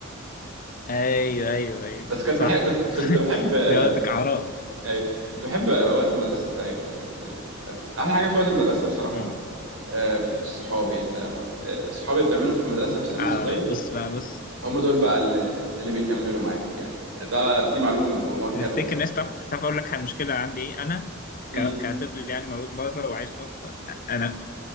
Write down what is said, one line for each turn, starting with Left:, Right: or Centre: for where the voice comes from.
Left: ايوه ايوه
Right: <laughs>
Left: ايوه
Right: بس كنت
Left: صح
Right: بحب كنت
Left: <laughs>
Right: كنت بحب آه،
Left: ده قصدك اعراف
Right: أي- كنت بحب وقت المدرسه بتاعي برضه يعني فاهم احلى حاجه في وقت المدرسه بصراحه
Left: امم
Right: آه، فكره الصحاب يعني انت لما آه، الصحاب اللي بتعملهم في المدرسه في سن
Left: اه
Right: صغير
Left: بص بقى بص
Right: هم دول بقى اللي اللي بيكملوا معاك يعني ده دي معلومه م- مؤكده
Left: تفتكر الناس تعرف تعرف اقول لك المشكله عندي ايه انا
Right: امم
Left: ك... كطفل يعني مولود بره وعايش بره انا